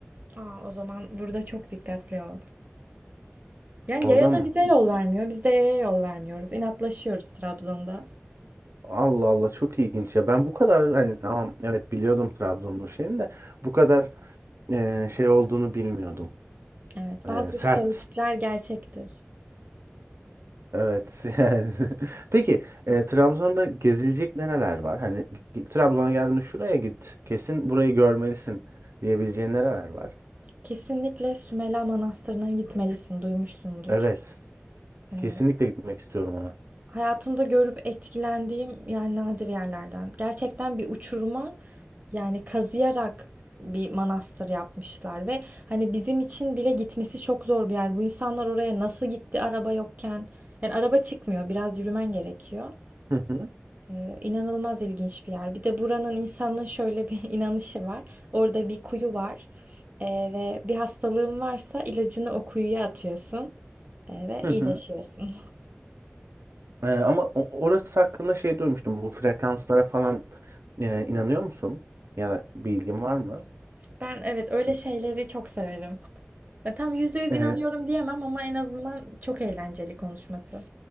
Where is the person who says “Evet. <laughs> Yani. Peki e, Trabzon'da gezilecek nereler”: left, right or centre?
Right